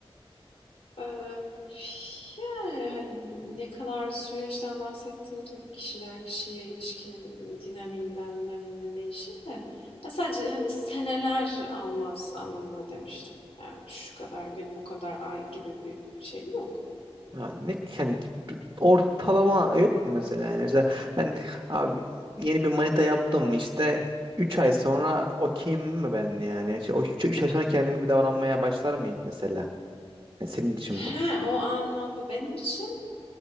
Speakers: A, on the left; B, on the right.
A: Eee, yani hani ne kadar bir süreçten bahsettiğim tabii kişiden kişiye ilişkinin dinamiğinden dinamiğine değişir de ya sadece hani seneler almaz anlamında demiştim. Yani şu kadar gün bu kadar ay gibi bir şey yok.
B: Ha, ne yani ortalama yok mu mesela yani mesela ben abi yeni bir manita yaptım işte 3 ay sonra okeyim mi ben yani işte, o 3, ay sonra kendim gibi davranmaya başlar mıyım mesela yani senin için
A: He,
B: bu
A: o anlamda benim için